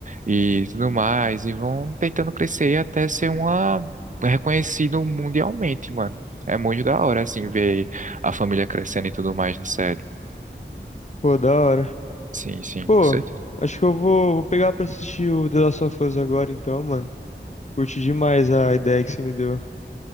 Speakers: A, on the right (about 45°); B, on the left (about 40°).
A: e tudo mais, e vão tentando crescer até ser uma é reconhecido mundialmente, mano. É muito da hora, assim, ver a família crescendo e tudo mais na série.
B: Pô, da hora.
A: Sim, sim,
B: Pô,
A: com certeza.
B: acho que eu vou, vou pegar pra assistir o The Last of Us agora então, mano. Curti demais a ideia que você me deu.